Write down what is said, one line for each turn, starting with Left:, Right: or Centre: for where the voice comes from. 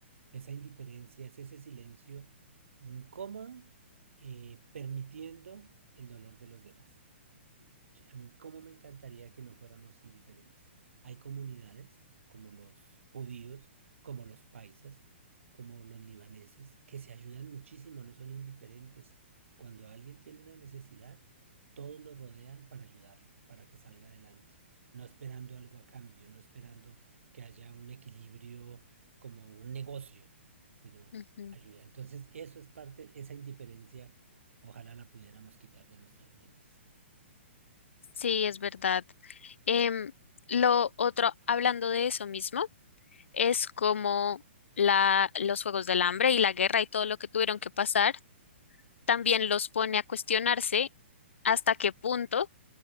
Right: Esa indiferencia es ese silencio incómodo, eh, permitiendo el dolor de los demás. Sí, A mí, cómo me encantaría que no fuéramos indiferentes. Hay comunidades como los judíos, como los paisas, como los libaneses, que se ayudan muchísimo, no son indiferentes. Cuando alguien tiene una necesidad, todos lo rodean para ayudarlo, para que salga adelante, no esperando algo a cambio, no esperando que haya un equilibrio como un negocio, sino
Left: Ujú,
Right: ayuda. Entonces, eso es parte, esa indiferencia, ojalá la pudiéramos quitar de nuestras mentes.
Left: Sí, es verdad. Em, lo otro, hablando de eso mismo, es como la, los Juegos del Hambre y la guerra y todo lo que tuvieron que pasar, también los pone a cuestionarse hasta qué punto